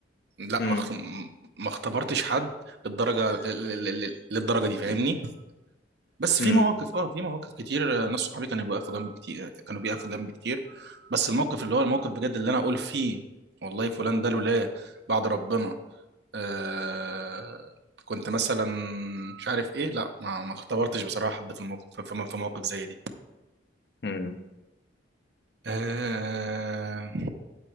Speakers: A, on the right; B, on the left.
A: لا
B: امم
A: ما اخت- ما اختبرتش حد للدرجه لل- لل- للدرجه دي فاهمني بس
B: امم
A: في مواقف اه في مواقف كتير آه، ناس صحابي كانوا بيقفوا جنب كتير كانوا بيقفوا جنب كتير بس الموقف اللي هو الموقف بجد اللي انا اقول فيه والله فلان ده لولا بعد ربنا آه كنت مثلا مش عارف ايه لا ما ما اختبرتش بصراحه حد في الموقف في في موقف زي دي
B: امم
A: آه